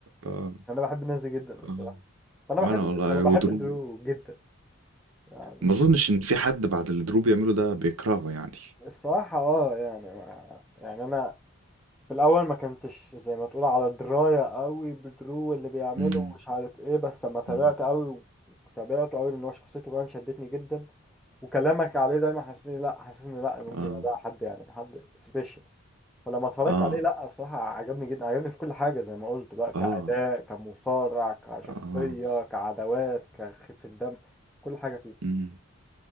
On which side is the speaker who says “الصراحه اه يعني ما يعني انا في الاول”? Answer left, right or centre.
Centre